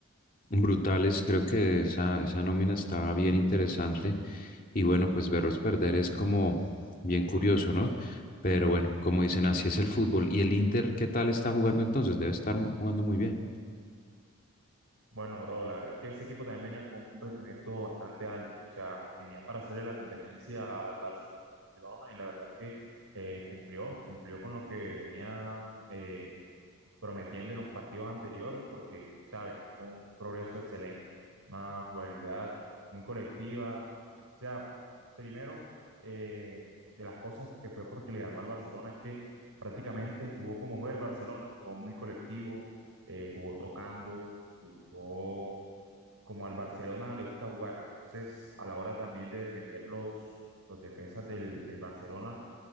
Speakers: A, on the left (about 40°); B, on the right (about 80°).
A: brutales. Creo que esa, esa nómina está bien interesante. Y bueno, pues verlos perder es como bien curioso, ¿no? Pero bueno, como dicen, así es el fútbol. ¿Y el Inter qué tal está jugando entonces? Debe estar jugando muy bien.
B: Bueno, bro, la verdad es que ese equipo también venía con un rendimiento bastante alto. O sea, tenía para hacerle la competencia al Barcelona y la verdad es que eh, cumplió, cumplió con lo que venía eh, prometiendo en los partidos anteriores, porque, o sea, venía con un progreso excelente, una jugabilidad muy colectiva O sea, primero, eh, de las cosas que fue porque le ganó al Barcelona es que prácticamente jugó como juega el Barcelona, jugó muy colectivo, eh, jugó tocando, jugó como al Barcelona le gusta jugar. Entonces, a la hora también de defender los, los defensas del, del Barcelona,